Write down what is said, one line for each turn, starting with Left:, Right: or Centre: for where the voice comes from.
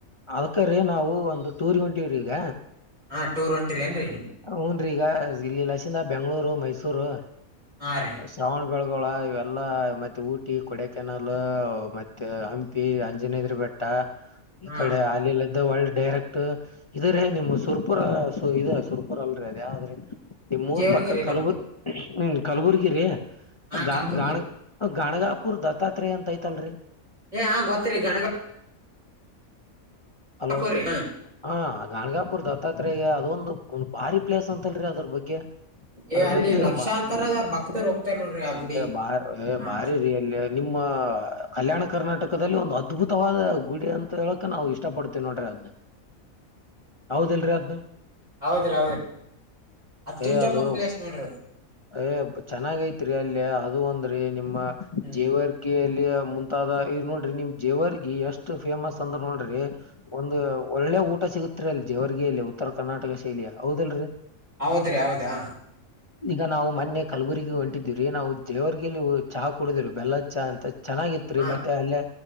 Left: ಅದ್ಕ್ರೀ ನಾವು ಒಂದು ಟೂರಿವೆಂಟಿವ್ರಗ
Right: ಹಾ ಟೂರ್ ಹೊಂಟಿರಿ ನ್ರಿ
Left: ಹನ್ರೀ ಈಗ ಇಲ್ಲಿಲ್ಲಸಿಂದ ಬೆಂಗ್ಗಳೂರು ಮೈಸೂರು
Right: ಹಾ ರಿ
Left: ಶ್ರಾವಣ ಬೆಳಗೋಳ ಇವೆಲ್ಲಾ ಮತ್ತೆ ಊಟಿ ಕೊಡ ಕೆನಾಲ್ ಮತ್ತೆ ಹಂಪಿ ಅಂಜನೇದ್ರ ಬೆಟ್ಟ ಇಕಡೆ
Right: ಹಾ
Left: ಅಲಿಲ್ದ ಒಳ್ಳ ಡೈರೆಕ್ಟ್ ಇದ್ರೀ ನಿಮ್ ಸುರ್ಪುರ ಸ ಇ ಸುರ್ಪುರ್ ಅಲ್ರರಿ ಅದ ಯಾವ್ದ್ರೆ ನಿ ಮೂರ್
Right: ಜೇವರ್ಗಿರಿ
Left: ಪಕ್ಕ ಕಲಬುರ್
Right: ನಮ್ದು
Left: ಹ್ಮ ಕಲಬುರ್ಗಿರಿ
Right: ಹಾ
Left: ಗಾ
Right: ಕಲಬುರ್ಗಿ
Left: ಗಾಣ ಗಾಣಗಾಪುರ್ ದತ್ತಾತ್ರಯ ಅಂತ ಐತಲ್ರರಿ
Right: ಏ ಗೊತ್ತತ್ರಿ ಗಗ ಗಣಗಪುರಿ
Left: ಹಲೋ ಹಾ ಗನ್ಗಾಪುರ್ ದತ್ತಾತ್ರಯಗೆ ಅದೊಂದು ಒಂದ್ ಬಾರಿ ಪ್ಲೇಸ್ ಅಂತಲ್ರರಿ ಅದ್ರ ಬಗ್ಗೆ
Right: ಏ
Left: ಅದ್ರ
Right: ಅಲ್ಲಿ
Left: ಬಗ್ಗೆ
Right: ಲಕ್ಷಾಂತರ
Left: ಬ
Right: ಭಕ್ತರು ಹೋಗ್ತಾರ ನೋಡ್ರಿ ಆ ಗುಡಿ
Left: ಬ
Right: ಹಾ
Left: ಬಾರಿಯಲ್ಲಿ ನಿಮ್ಮ ಕಲ್ಯಾಣ ಕರ್ನಾಟಕದಲ್ಲಿ ಒಂದು ಅದ್ಭುತವಾದ ಗುಡಿ ಅಂತ ಹೇಳಕ ನಾವು ಇಷ್ಟ ಪಡ್ತೇವಿ ನೋಡ್ರಿ ಅದ್ನ ಯಾವದಲ್ರರಿ ಅದ್ನ
Right: ಹೌದ್ರಿ ಹೌದ್ರಿ ಅತ್ತು
Left: ಏ
Right: ತಮ್ಮ
Left: ಅದು
Right: ಪ್ಲೇಸ್ ನೋಡ್ರಿದ
Left: ಏ ಚೆನ್ನಾಗ ಐತ್ರಿ ಅಲ್ಲ ಅದು ಒಂದ್ರೀ ನಿಮ್ಮ
Right: ಹ್ಮ್
Left: ಜೀವ ಲ್ಲಿ ಮುಂತಾದ ಇವ್ ನೋಡ್ರಿ ನೀವು ಜೇವರ್ಗಿ ಎಷ್ಟು ಫೇಮಸ್ ಅಂದ್ರೆ ನೋಡ್ರಿ ಒಂದು ಒಳ್ಳೆ ಊಟ ಸಿಗುತ್ತೆ ತ್ರಲ್ಲಿ ಜವರ್ಗಿಯಲ್ಲಿ ಉತ್ತರ ಕರ್ನಾಟಕ ಶೈಲಿಯ ಹೌದಲ್ರರಿ
Right: ಹೌದ್ರಿ ಹೌದಾ
Left: ಈಗ ನಾವು ಮೊನ್ನೆ ಕಲಬುರಗ ಹೊಂಟಿದೀವಿರೀ ನಾವು ದೇವರ್ರಿಗೆ ಚಾ ಕುಡುದೀವರು ಬೆಲ್ಲದ ಚಾ ಅಂತ ಚೆನ್ನಾಗಿ ತ್ರಿ
Right: ಹಾ
Left: ಮತ್ತೆ ಅಲ್ಲೇ